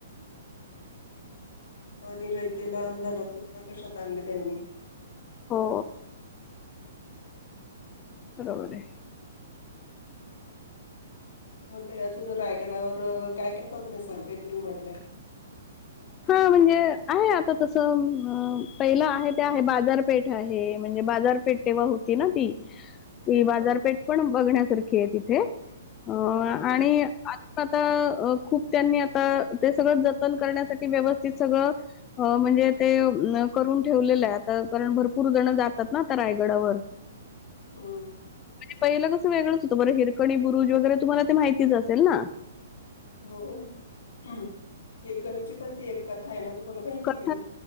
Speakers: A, on the left; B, on the left.
A: आणि रयतेला अंधारातून प्रकाशात आणले त्यांनी.
B: हो बरोबर आहे.
A: हो ते अजून रायगडावर काय- काय बघण्यासारखं आहे तुम्ही म्हटल्या
B: हा म्हणजे आहे आता तसं पहिलं आहे ते आहे बाजारपेठ आहे म्हणजे बा बाजारपेट तेव्हा होती ना ती ती बाजारपेठ
A: हा.
B: पण बघण्यासारखी आहे तिथे अ
A: हं, हं.
B: आणि आता खूप त्यांनी आता ते सगळं ज जतन करण्यासाठी व्यवस्थित सगळं म्हणजे ते करून ठेवलं आहे आता कारण भरपूर पूर जण जातात ना आता रायगडावर
A: हम्म
B: म्हणजे पहिलं कसं वेगंच होतं बरं हिरकणी बुरुज वगैरे तुम्हाला ते माहितीच असेल ना
A: हो हिरकणीची पण ती एक कथा आहे ना. तुम्हाला माहिती
B: क
A: आहे कधी?